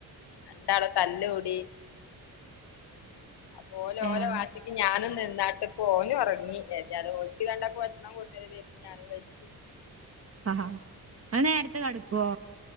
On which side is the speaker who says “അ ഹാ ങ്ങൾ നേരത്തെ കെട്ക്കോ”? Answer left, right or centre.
Right